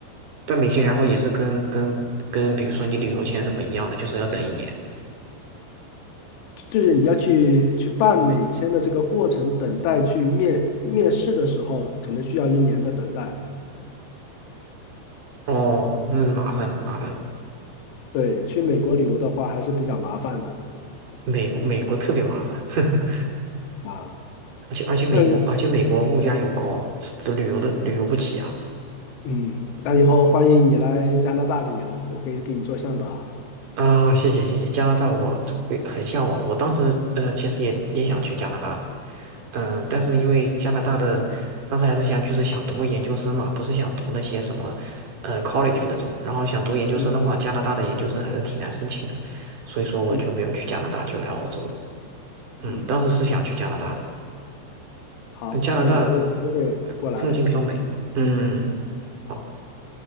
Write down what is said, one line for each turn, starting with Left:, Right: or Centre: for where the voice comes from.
Right: 办美签然后也是跟跟跟比如说你旅游签什么一样的，就是要等一年。
Left: 就是你要去去办美签的这个过程，等待去面面试的时候，可能需要一年的等待。
Right: 哦，那是麻烦的，麻烦的，
Left: 对，去美国旅游的话还是比较麻烦的
Right: 美国美国特别麻烦。<laughs>
Left: 啊。
Right: 而且而且美国，
Left: 那
Right: 而且美国物价又高，这这旅游的旅游不起啊！
Left: 嗯，那以后欢迎你来加拿大旅游，我可以给你做向导。
Right: 啊，谢谢谢谢，加拿大我非很向往，我当时呃其实也也想去加拿大，嗯、但是因为加拿大的当时还是想就是想读个研究生嘛，不是想读那些什么呃 college 那种，然后想读研究生的话，
Left: 嗯
Right: 加拿大的研究生还是挺难申请的，所以说我就没有去加拿大，
Left: 嗯
Right: 就来澳洲了。嗯，
Left: 嗯，
Right: 当时是想去加拿大的，
Left: 好，
Right: 嗯加拿大
Left: 那以后有机会过来。
Right: 风景比较美，嗯。好。